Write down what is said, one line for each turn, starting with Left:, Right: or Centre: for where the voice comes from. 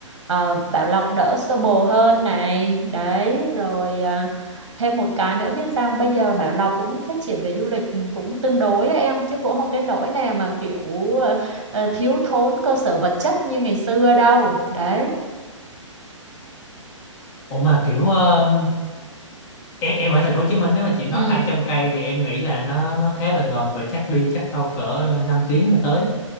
Right: à, Bảo Lộc đỡ xô bồ hơn này đấy rồi à, thêm một cái nữa biết sao bây giờ Bảo Lộc cũng phát triển về du lịch ừ, cũng tương đối á em chứ cũng không đến nỗi nào mà kiểu ờ, ờ, thiếu thốn cơ sở vật chất như ngày xưa đâu đấy
Left: Ủa mà kiểu ờ, em em ở thành phố Hồ Chí Minh nếu mà chị nói
Right: ừ
Left: hai trăm cây thì em nghĩ là nó nó khá là gần và chắc đi chắc đâu cỡ 5 tiếng là tới.